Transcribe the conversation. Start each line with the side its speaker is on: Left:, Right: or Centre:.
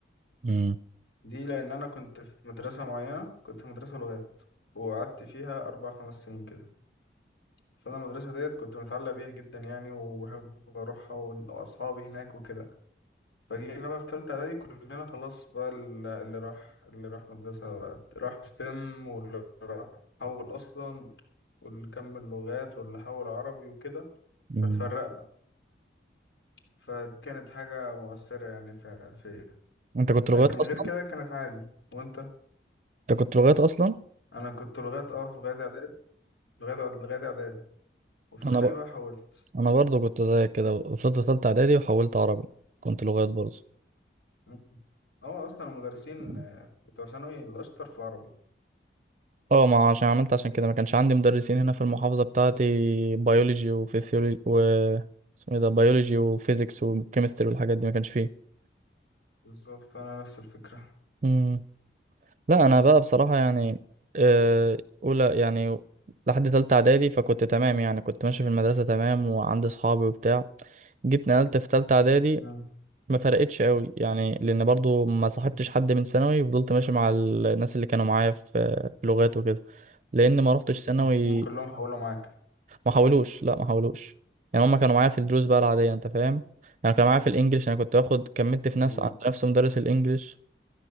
Right: مم.
Left: دي لأن أنا كنت في مدرسة معينة كنت في مدرسة لغات وقعدت فيها أربع خمس سنين كده فأنا المدرسة ديت كنت متعلق بيها جدا يعني وبحب أروحها وال- وأصحابي هناك وكده فجينا بقى في تالتة إعدادي كلنا خلاص بقى ال- اللي راح اللي راح مدرسة بقى راح ستيم واللي راح حول أصلا واللي كمل لغات واللي حول عربي وكده
Right: مم.
Left: فاتفرقنا فدي كانت حاجة مؤثرة يعني في فيا
Right: انت كنت
Left: لكن
Right: لغات اصلا
Left: غير كده كانت عادي وأنت
Right: انت كنت لغات اصلا
Left: أنا كنت لغات أه في لغاية إعدادي لغاية لغاية إعدادي وفي
Right: انا
Left: ثانوي
Right: ب...
Left: بقى حولت
Right: انا برضو كنت زيك كده وصلت ثالثه اعدادي وحولت عربي كنت لغات برضو
Left: مم. هو أصلا المدرسين
Right: مم.
Left: آه، بتوع ثانوي الأشطر في العربي
Right: اه ما عشان عملت عشان كده ما كانش عندي مدرسين هنا في المحافظه بتاعتي بيولوجي وفيسيولوجي و اسمه ايه ده بيولوجي وفيزيكس وكيمستري والحاجات دي ما كانش فيه
Left: بالظبط أنا نفس الفكرة
Right: مم. لا انا بقى بصراحه يعني آه، اولى يعني لحد تالتة اعدادي فكنت تمام يعني كنت ماشي في المدرسه تمام وعندي صحابي وبتاع جيت نقلت في تالتة اعدادي
Left: مم.
Right: ما فرقتش قوي يعني لان برضو ما صاحبتش حد من ثانوي فضلت ماشي مع الناس اللي كانوا معايا في في لغات وكده لان ما روحتش ثانوي
Left: هم كلهم حولوا معاك
Right: ما حاولوش لا ما حاولوش يعني هما كانوا معايا في الدروس بقى العاديه انت فاهم يعني كانوا معايا في الانجليش انا كنت باخد كملت في نفس
Left: ايوه
Right: نفس مدرس الانجليش